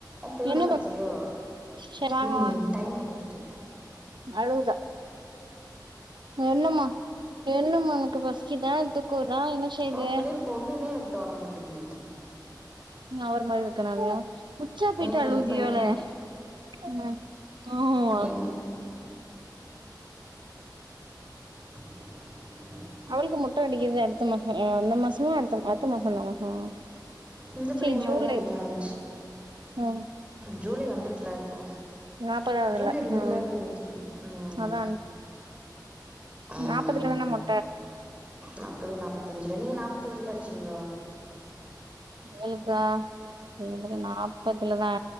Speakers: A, on the right (about 15°); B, on the right (about 90°).
A: அபுள்ள
B: என்ன
A: தா கத்துதோ
B: ப சரி வாங்க
A: ம்
B: வாங்க
A: டைம் முடிஞ்சுட்டு
B: அழுவுதா என்னமா என்னமா உனக்கு பசிக்குதா துக்கவர்தா என்ன செய்து
A: ஓ புள்ளைய பொண்ணுன்னே எனக்கு தோணமாட்டுகு
B: நா ஒருமாதிரி இருக்கனால உச்சா போயட்டு
A: ம்
B: அழுவுதியோல
A: பைய
B: ம் ஹோ ஒ
A: எம் <inaudible>
B: கோயிலுக்கு மோட்டை அடிக்கது அடுத்த மாச இந்த மாசமா அ அடுத்த மாச ஆ
A: இந்த பிள்ளைய
B: சேரி
A: மாரிதா
B: ஜோரி
A: அடிக்கணுன்ச்சு
B: ரைம் ஆம்
A: ஜூலை வந்துட்ல இப்போ
B: நாப்பதாவதுல
A: ஜூலை ரெண்டுலா
B: ம்
A: இன்னைக்கி ம்
B: அதா
A: ம்
B: நாப்பதுல தா வேன மொட்
A: நாப்பது நாப்பத்தஞ்சில நீங்க நாப்பத்தஞ்சில அடிச்சீங்களா
B: இவளுக்கா இவளுக்கு நாப்பதுலதா